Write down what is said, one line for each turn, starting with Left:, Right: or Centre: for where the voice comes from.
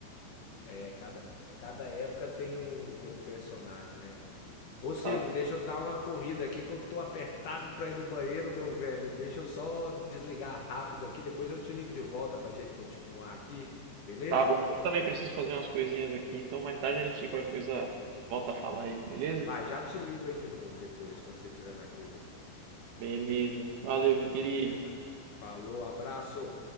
Left: É, cada, cada época tem um, tem um personagem, né? Ô Silvio,
Right: Tá,
Left: deixa eu dar uma corrida aqui que eu tô apertado pra ir no banheiro, meu velho. Deixa eu só desligar rápido aqui, depois eu te ligo de volta pra gente continuar aqui, beleza?
Right: tá bom, eu também preciso fazer umas coisinhas aqui, então mais tarde a gente qualquer coisa volta a falar aí, beleza?
Left: Vai, já te ligo aí de novo depois, quando você tiver mais de bobeira.
Right: Beleza. Valeu, meu
Left: Beleza.
Right: querido.
Left: Falou, abraço.